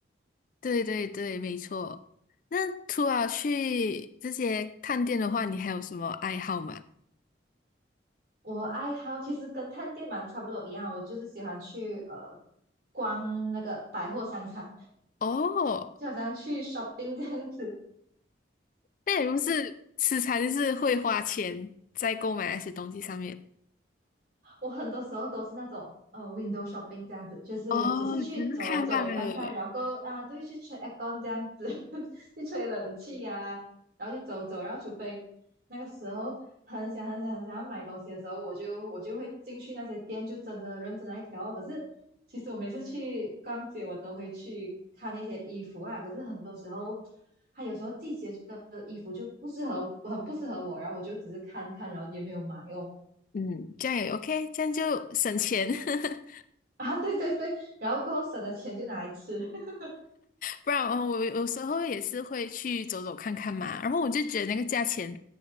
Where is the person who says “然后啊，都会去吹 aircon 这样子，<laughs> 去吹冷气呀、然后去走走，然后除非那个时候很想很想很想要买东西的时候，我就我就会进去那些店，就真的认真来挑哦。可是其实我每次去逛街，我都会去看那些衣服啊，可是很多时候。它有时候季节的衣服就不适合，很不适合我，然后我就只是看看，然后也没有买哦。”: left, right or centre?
Right